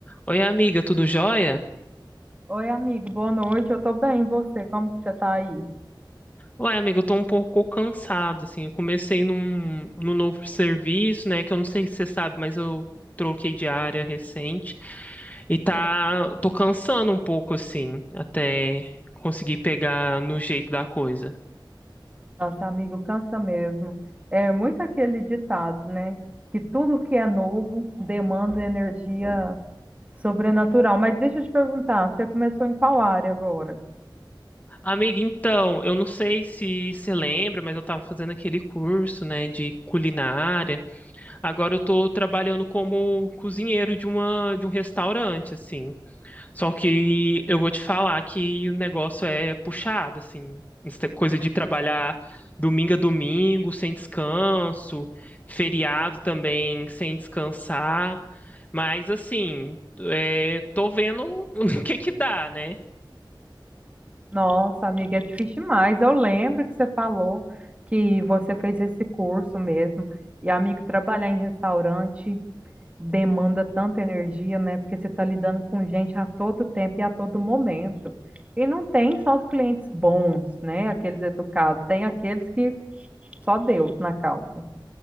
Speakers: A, on the left (about 20°); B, on the right (about 15°).
A: Oi, amiga, tudo jóia?
B: Oi, amigo, boa noite. Eu tô bem, e você? Como que você tá aí?
A: Ué, amiga, eu tô um pouco cansado, assim. Eu comecei num, num novo serviço, né? Que eu não sei se você sabe, mas eu troquei de área recente. E tá, tô cansando um pouco, assim, até conseguir pegar no jeito da coisa.
B: Nossa, amigo, cansa mesmo. É muito aquele ditado, né? Que tudo que é novo demanda energia sobrenatural. Mas deixa eu te perguntar, você começou em qual área agora?
A: Amiga, então, eu não sei se você lembra, mas eu tava fazendo aquele curso, né, de culinária. Agora eu tô trabalhando como cozinheiro de uma, de um restaurante, assim. Só que eu vou te falar que o negócio é puxado, assim. Essa coisa de trabalhar domingo a domingo, sem descanso, feriado também, sem descansar. Mas, assim, é, tô vendo <laughs> o que que dá, né?
B: Nossa, amiga, é difícil demais. Eu lembro que você falou que você fez esse curso mesmo. E, amigo, trabalhar em restaurante demanda tanta energia, né? Porque você está lidando com gente a todo tempo e a todo momento. E não tem só os clientes bons, né? Aqueles educados, tem aqueles que Só Deus na causa.